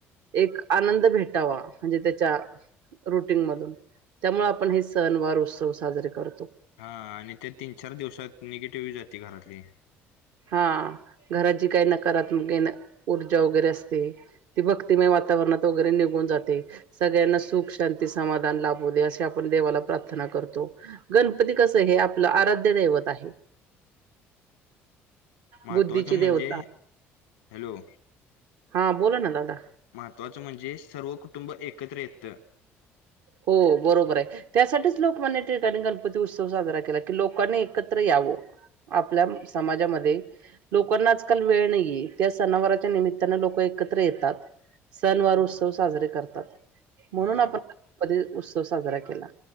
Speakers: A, on the right; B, on the left.
A: एक आनंद भेटावा म्हणजे त्याच्या रुटीन मधून. त्यामुळे आपण हे सण वार उत्सव साजरे करतो.
B: हा आणि ते तीन चार दिवसात निगेटिव्ही जाती घरातली.
A: हां घरात जी काही <unintelligible> ऊर्जा वगैरे असते. ती भक्तिमय वातावरणात वगेरे निघून जाते. सगळ्यांना सुख शांती समाधान लाभू दे अशी आपण देवाला प्रार्थना करतो. गणपती कसं हे आपलं आराध्य दैवत आहे.
B: महत्वाचं
A: बुद्धीची देवता
B: म्हणजे हॅलो
A: हा बोला ना दादा.
B: महत्वाचं म्हणजे सर्व कुटुंब एकत्र येतं.
A: हो बरोबर आहे. त्यासाठीच लोकमान्य टिळकाणी गणपती उत्सव साजरा केला की लोकांनी एकत्र यावं. आपल्या समाजामध्ये. लोकांना आजकाल वेळ नाहीये त्या सनावराच्या निमित्तानं लोक एकत्र येतात. सन वार उत्सव साजरे करतात म्हणून
B: हा
A: आपण गणपतीचा उत्सव साजरा केला.